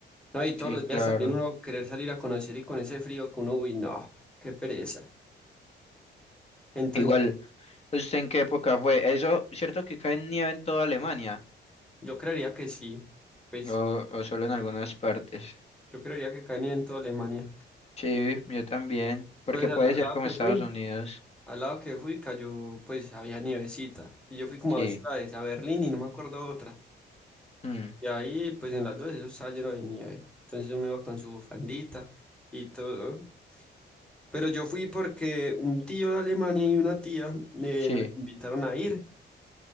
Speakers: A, in the centre; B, on the left (about 35°).
A: no, y todos
B: Sí,
A: los días
B: claro.
A: también uno querer salir a conocer y con ese frío que uno, uy, no, qué pereza. Entonces,
B: Igual. ¿Usted en qué época fue? Eso, ¿cierto que cae nieve en toda Alemania?
A: yo creería que sí, pues
B: O, o solo en algunas partes.
A: yo creería que caía en toda Alemania.
B: Sí, yo también. Porque
A: Pues
B: puede
A: al, al
B: ser
A: lado
B: como
A: que
B: Estados
A: fui,
B: Unidos.
A: al lado que fui cayó, pues había nievecita, y yo fui como
B: Sí.
A: a dos ciudades, a Berlín y no me acuerdo otra.
B: mm,
A: Y ahí, pues en las dos, eso estaba lleno de nieve. Entonces uno iba con su bufandita y todo. Pero yo fui porque un tío de Alemania y una tía eh,
B: sí.
A: nos invitaron a ir.